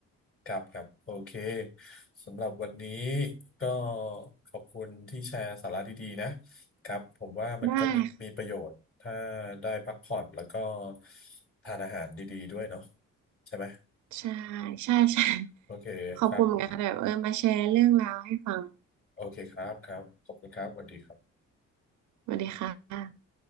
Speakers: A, on the left; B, on the right.
A: ครับครับโอเคสำหรับวันนี้ก็ขอบคุณที่แชร์สาระดีๆนะครับผมว่ามันก็มีมีประโยชน์ถ้า
B: ได้ค่ะ
A: ได้พักผ่อนแล้วก็ทานอาหารดีๆด้วยเนาะใช่ไหม
B: ใช่ใช่ ใช่
A: โอเคครับ
B: ขอบคุณเหมือนกันค่ะที่แบบเออมาแชร์เรื่องราวให้ฟัง
A: โอเคครับครับขอบคุณครับสวัสดีครับ
B: สวัสดีค่ะ